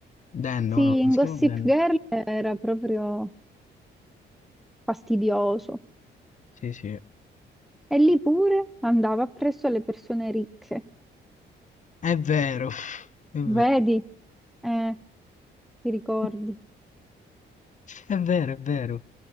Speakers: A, on the left; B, in the centre.
A: Dan,
B: Sì,
A: no, no, non
B: in
A: si
B: Gossip
A: chiama Dan.
B: Girl era proprio fastidioso.
A: Sì, sì.
B: E lì pure andava appresso alle persone ricche.
A: È vero, <laughs> è vero.
B: Vedi? Eh, ti ricordi?
A: <laughs> È vero, è vero.